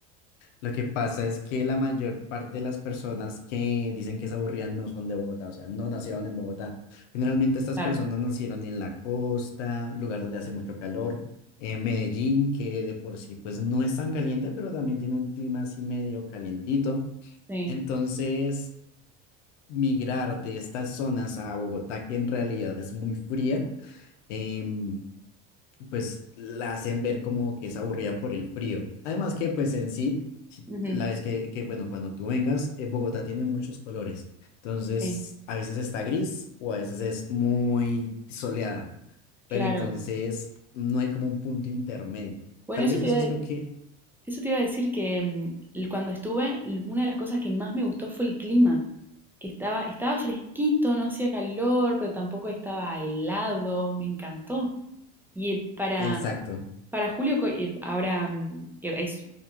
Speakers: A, on the left; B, in the centre.
A: Lo que pasa es que la mayor parte de las personas que dicen que es aburrida no son de Bogotá, o sea, no nacieron en Bogotá. Generalmente estas
B: Claro,
A: personas nacieron en la costa, lugar donde hace mucho calor, en Medellín, que de por sí pues no es tan caliente, pero también tiene un clima así medio calientito.
B: sí.
A: Entonces, migrar de estas zonas a Bogotá, que en realidad es muy fría, em, pues la hacen ver como que es aburrida por el frío. Además que pues en sí, si-
B: Ujú,
A: la vez que, que bueno, cuando tú vengas, eh, Bogotá tiene muchos colores. Entonces,
B: sí,
A: a veces está gris o a veces es muy soleada, pero
B: claro.
A: entonces no hay como un punto intermedio.
B: Bueno,
A: Tal
B: eso
A: vez
B: te
A: eso
B: iba a,
A: es
B: de-
A: lo que...
B: eso te iba a decir que mm, l- cuando estuve, l- una de las cosas que más me gustó fue el clima, que estaba, estaba fresquito, no hacía calor, pero tampoco estaba helado, me encantó. Y eh, para,
A: Exacto.
B: para julio, co- eh, ahora mm, que es